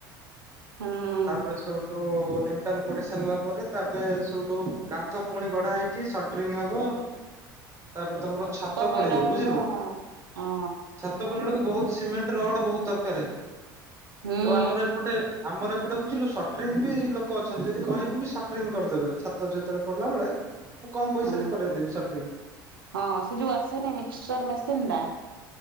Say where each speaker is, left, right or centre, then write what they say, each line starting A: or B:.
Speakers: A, on the right; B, on the right.
A: ହୁଁ
B: ତାପରେ ସେଉଠୁ ଓ ନିମଟାଲ ପଡି ସାରିଲା ପରେ ତାପରେ ସେଉଠୁ କାନ୍ଥ ପୁଣି ଗଢା ହେଇକି ସଟରିଙ୍ଗ ହବ। ତାପରେ ତମର ଛାତ
A: ପଇଲା
B: ପଡିବ
A: ବେଳକୁ
B: ବୁଝିଲୁ।
A: ତ ହଁ
B: ଛାତ ପିଡିଲା ବେଳକୁ ବହୁତ ସିମେଣ୍ଟ ରଡ ବହୁତ ଦରକାରେ।
A: ହୁଁ।
B: ଆମର ଏପଟେ ଆମର ଏପଟେ ବୁଝିଲୁ ସଟରିଙ୍ଗ ବି ଲୋକ ଅଛନ୍ତି ଯଦି କହିବୁ ବି ସଟରିଙ୍ଗ କରିଦେବେ ଛା ତ ଯେତେବେଳେ ପଡିଲା ବେଳେ ମୁଁ କମ୍ ପଇସାରେ
A: ହୁଁ
B: କରେଇଦେବି ସ
A: ହଁ ସେ ଯୋଉ ଆସେନି ମିକ୍ସଚର ମେସିନି ଡା